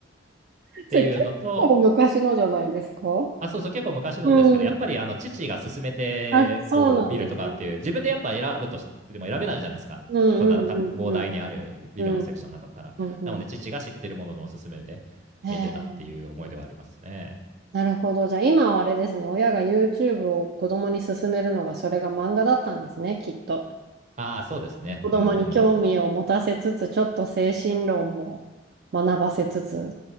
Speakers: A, on the right; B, on the right.
A: それ結構昔のじゃないですか
B: ていうのと、あ、そうそう、結構昔のですけど、
A: うん。
B: やっぱりあの父が勧めてこう見るとかっていう、
A: あ、そうなんですね。
B: 自分でやっぱ選ぶとしても選べないじゃないですか、
A: うんうんうんうん。
B: そんなた膨大にあるビデオのセクションの中から。
A: うんうんうん。
B: なので、父が知ってるもののおすすめで見てたっていう思い出はありますね。
A: へえ。なるほど。じゃあ今はあれですね。親が YouTube を子供に勧めるのがそれが漫画だったんですね、きっと。
B: ああ、そうですね。
A: 子供に興味を持たせつつ、
B: うん
A: ちょっと精神論も学ばせつつ、